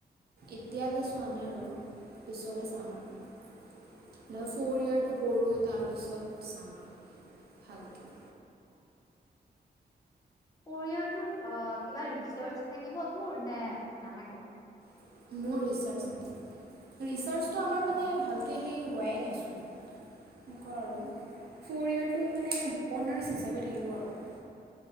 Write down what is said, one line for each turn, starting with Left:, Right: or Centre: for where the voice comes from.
Right: এতিয়ালৈ চোৱা নাই আৰু পিছলৈ চাম আৰু। ন ফ'ৰ ইয়েৰটো কৰোঁ তাৰপিছত চাম আৰু ভালকৈ।
Left: <unintelligible> পৰিয়ৰটোত অ কিবা ৰিচাৰ্চ থাকিবতোৰ নে নাথাকে।
Right: <inaudible> ঠিক হোৱাই নাইচোন। মকা
Left: অ
Right: আৰু ফ'ৰ ইয়েৰটো মানে অনাৰ্ছ হিচাপে থাকিব আৰু।